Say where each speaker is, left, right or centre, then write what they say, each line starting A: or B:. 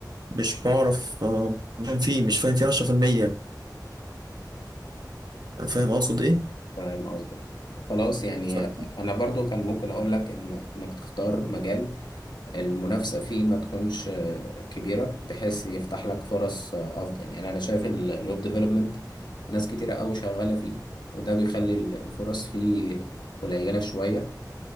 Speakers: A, on the right (about 70°); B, on the left (about 80°).
A: مش بعرف آه مش فاهم فيه مش فاهم فيه 10% أنا فاهم أقصد إيه
B: فاهم قصدك خلاص يعني
A: ف-
B: آه، أنا برضو كان ممكن أقول لك إن إنك تختار مجال المنافسة فيه ما تكونش آه، كبيرة بحيث يفتح لك فرص آه، أفضل يعني أنا شايف ال- الويب ديفلوبمنت ناس كتيرة أوي شغالة فيه وده بيخلي ال- الفرص فيه قليلة شوية